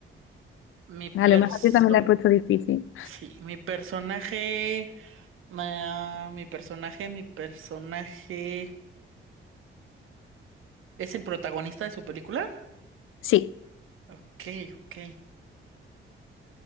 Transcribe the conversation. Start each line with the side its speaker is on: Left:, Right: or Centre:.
Right: Mi perso,
Left: A lo mejor yo también la he puesto difícil.
Right: sí, mi personaje, ah, mi personaje, mi personaje es el protagonista de su película.
Left: Sí.
Right: Ok, ok.